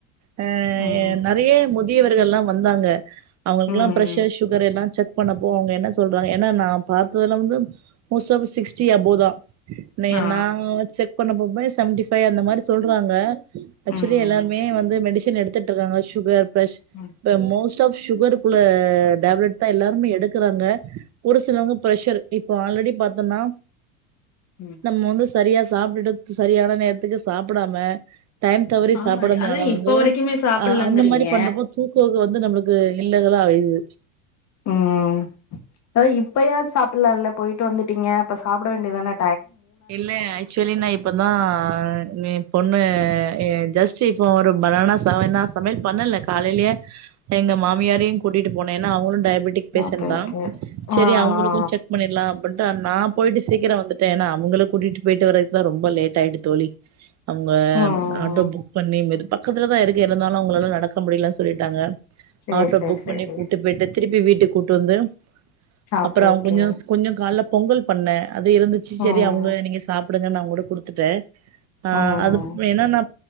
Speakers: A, on the right (about 40°); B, on the left (about 45°).
A: ஹ
B: ம்
A: நெறிய மு பெரியவர்கள்ல்லா வந்தாங்க அவுங்களுக்கெல்லா
B: ம்
A: ப்ரஷர் சு லா செக் பண்ணப்போ அவுங்க என்ன சொல்றாங்க ஏனா நா பாத்ததுலந்து மோஸ்டா சிக்ஸ்டீ அபோதா ந
B: ஆ
A: என்னா செக் பண்ண போம்ப செவன்டிஃபைவ் அந்தமாரி சொல்றாங்க. ஆச்சுவலி
B: ம்
A: எல்லாருமே
B: ம்
A: வந்து மெடிஸ் சன் எடுத்துட்ருக்காங்க. சுகர் பளஷ்
B: ம்
A: த மோஸ்ட் த சுகர்க்குள்ள டேப்லட்தா எல்லார்மே எடுக்கறாங்க. ஒரு சிலவங்க ப்ரெஷர் இப்ப ஆல்ரெடி பாத்தோனா.
B: ம்
A: நம்ம வந்து சரியா சாப்ட்டுட்டு சரியான நேரத்துக்கு சாப்படாம டைம் தவறி
B: ஆ
A: சாப்பட்றதுனால
B: அதா
A: வந்து
B: இப்ப வரைக்குமே சாப்டலங்கிறீங்க
A: அந்த மாரி பண்றப்போ தூக்கோ வந்து நம்ளுக்கு இல்ல. என்னடா இது
B: உம் இப்பயாது சாப்பட்லால்ல போய்ட்டு வந்துட்டீங்க. அப்ப சாப்ட வேண்டிதான
A: இல்ல ஆக்சுவலி நா இப்பதா நீ பொண்ணு அ ஜஸ்ட் சே இப்போ ஒரு பனானா சா நா சமயல் பண்ணல காலேலயே எங்க மாமியாரயு கூட்டிட்டு போனே. ஆன அவுங்ளு டய பட்டிக் பேசன்தா
B: ஓகே ஓகே
A: செரி
B: ஆ
A: அவுங்களுக்கு
B: ஆ
A: செக் பண்ணிட்லா அப்பின்டு நா போயிட்டு சீக்கிரோ வந்துட்ட ஏனா கூட்டீட்டு போய்ட்டு வரக்குதா ரொம்ப லேட் ஆயிட்டு தோழி. அவுங்க
B: ம் ம்
A: ஆட்டோ புக் பண்ணி மெது ப பக்கத்துலதா இருக்கு இருந்தாலு அவுங்களால நடக் க முடிலனு சொல்லிட்டாங்க.
B: சேரி
A: ஆட்டோ
B: சேரி
A: புக்
B: சேரி
A: பண்ணி கூட்டு போய்டு திருப்பி வீட்டுக் கூட்டு வந்து
B: ஓகே
A: அப்பறோ
B: ஓகே
A: அவ கொஞ்சோ கொஞ்சோ கால்ல பொங்கல் பண்ண அது இருந்துச்சு.
B: ம்
A: செரி அவுங்க நீங்க சாப் படமே நாகூட குடுத்துட்ட. ஆஹ்
B: ம்
A: அது என்னனா